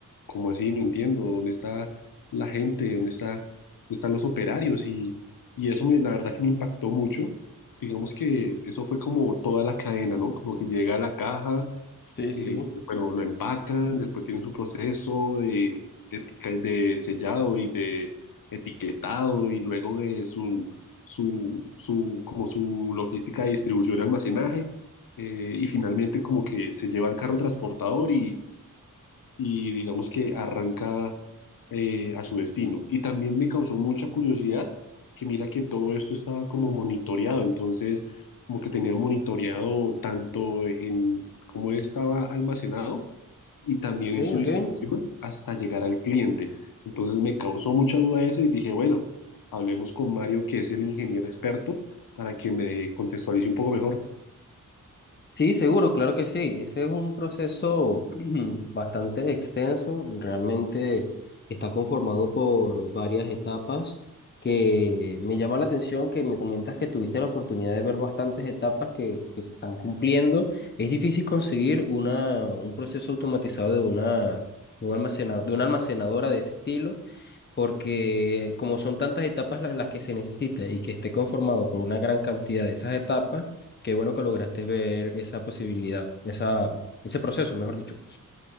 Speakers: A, on the left; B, on the left.
A: ¿cómo así? No entiendo, ¿dónde está la gente? ¿Dónde está, dónde están los operarios? Y, y eso me, la verdad que me impactó mucho. Digamos que eso fue como toda la cadena, ¿no? Como que llega a la caja
B: Sí, sí.
A: eh,
B: Ok,
A: bueno, lo empacan, después tienen su proceso de, de, etica- de sellado y de etiquetado y luego de su, su, su, como su logística de distribución y almacenaje eh, y finalmente como que se lleva al carro transportador y y digamos que arranca eh, a su destino. Y también me causó mucha curiosidad que mira que todo esto estaba como monitoreado, entonces como que tenían monitoreado tanto en cómo estaba almacenado y también
B: ok.
A: en su distribución hasta llegar al cliente. Entonces me causó mucha duda eso y dije, bueno, hablemos con Mario, que es el ingeniero experto, para que me contextualice un poco mejor.
B: Sí, seguro, claro que sí. Ese es un proceso <clears throat> bastante extenso. Realmente está conformado por varias etapas que me llama la atención que me comentas que tuviste la oportunidad de ver bastantes etapas que, que se están cumpliendo. Es difícil conseguir una, un proceso automatizado de una, de un almacenado, de una almacenadora de ese estilo. porque como son tantas etapas la- las que se necesita y que esté conformado por una gran cantidad de esas etapas, qué bueno que lograste ver esa posibilidad, esa, ese proceso, mejor dicho.